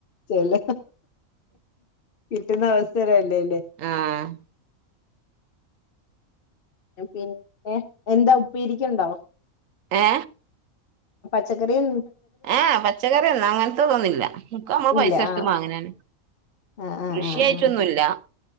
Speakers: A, on the left; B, on the right.
A: ചെല്ല് കിട്ടുന്ന അവസര ലെ ലേ
B: ആഹ്
A: പിന്നെ എന്താ ഉപ്പേരിക്ക്ണ്ടോ?
B: ഏ
A: ച്ചക്കറിം
B: ഏ പച്ചക്കറിയെന്ന അങ്ങൻതെ തൊന്നുല്ല ഒക്കെമ്മള്
A: ഇല്ല
B: പൈസൊട്ത്ത്
A: ആഹ്
B: മാങ്ങനേണ്
A: ആഹ് ആഹ്
B: കൃഷിയായിട്ടൊന്നുല്ല.
A: ആഹ്